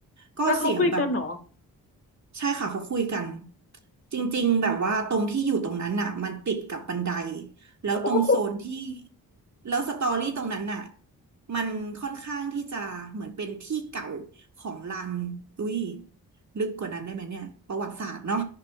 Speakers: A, on the right (about 50°); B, on the left (about 35°).
A: ก็เสียงแบบ
B: แล้วเขาคุยกันเหรอ
A: ใช่ค่ะเขาคุยกันจริงๆแบบว่าตรงที่อยู่ตรงนั้นน่ะมันติดกับบันไดแล้วตรงโซนที่
B: โอ้โห
A: แล้วสตอรี่ตรงนั้นน่ะมันค่อนข้างที่จะเหมือนเป็นที่เก่าของลานอุ้ยลึกกว่านั้นได้ไหมเนี่ยประวัติศาสตร์เนาะ